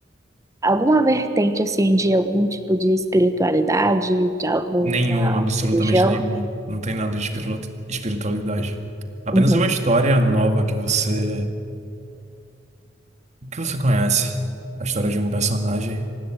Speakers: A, on the right; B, on the right.
A: alguma vertente assim de algum tipo de espiritualidade, de alguma
B: Nenhuma, absolutamente
A: religião?
B: nenhuma. Não tem nada de espiritu- espiritualidade. Apenas
A: Uhum.
B: uma história nova que você que você conhece, a história de um personagem.